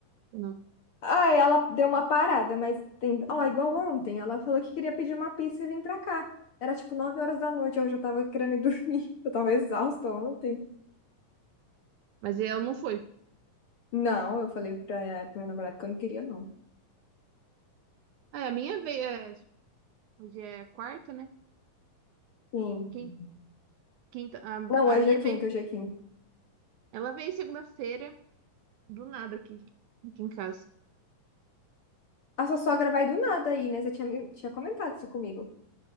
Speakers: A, on the right; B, on the left.
A: Ou não?
B: Ah, ela deu uma parada, mas tem. Ó, igual ontem, ela falou que queria pedir uma pizza e vir pra cá. Era tipo 9 horas da noite, eu já tava querendo ir dormir. <laughs> Eu tava exausta ontem.
A: Mas ela não foi.
B: Não, eu falei pra, eh, pro meu namorado que eu não queria, não.
A: Ah, é, a minha veio. é, Hoje é quarta, né?
B: Sim.
A: Quin- Quinta. A,
B: Não, hoje
A: a minha
B: é quinta,
A: veio.
B: hoje é quinta.
A: Ela veio segunda-feira, do nada aqui, aqui em casa.
B: A sua sogra vai do nada aí, né? Você tinha, me- tinha comentado isso comigo.